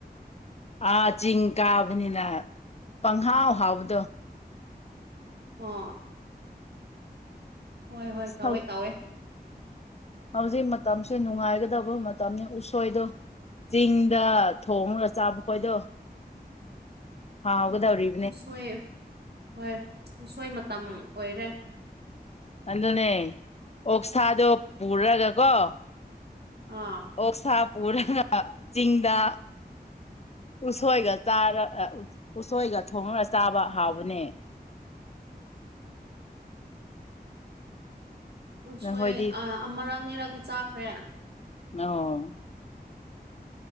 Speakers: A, on the left (about 40°); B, on the right (about 75°).
A: ꯑꯥ ꯆꯤꯡ ꯀꯥꯕꯅꯤꯅ ꯄꯪꯍꯥꯎ ꯍꯥꯎꯕꯗꯣ
B: ꯑꯣ ꯍꯣꯏ ꯍꯣꯏ
A: ꯁꯜ
B: ꯇꯧꯋꯦ ꯇꯧꯋꯦ
A: ꯍꯧꯖꯤꯛ ꯃꯇꯝꯁꯦ ꯅꯨꯡꯉꯥꯏꯒꯗꯕ ꯃꯇꯝꯅꯤ ꯎꯁꯣꯏꯗꯣ ꯆꯤꯡꯗ ꯊꯣꯡꯔꯒ ꯆꯥꯕ ꯈꯣꯏꯗꯣ ꯍꯥ ꯍꯧꯒꯗ꯭ꯔꯤ
B: ꯎꯁꯣꯏ ꯍꯣꯏ ꯎꯁꯣꯏ ꯃꯇꯝ ꯑꯣꯏꯔꯦ
A: ꯑꯗꯨꯅꯦ ꯑꯣꯛꯁꯥꯗꯣ ꯄꯨꯔꯒꯀꯣ
B: ꯑꯥ
A: ꯀꯣꯛꯁꯥꯄꯨꯔ ꯆꯤꯡꯗ ꯎꯁꯣꯏꯒ ꯆꯔ ꯎꯁꯣꯏꯒ ꯊꯣꯡꯉꯒ ꯆꯥꯕ ꯍꯥꯎꯕꯅꯦ
B: ꯎ
A: ꯅꯈꯣꯏꯗꯤ
B: ꯁꯣꯏ ꯑꯃꯔꯛ ꯑꯅꯤꯔꯛꯗꯤ ꯆꯥꯈ꯭ꯔꯦ
A: ꯑꯣ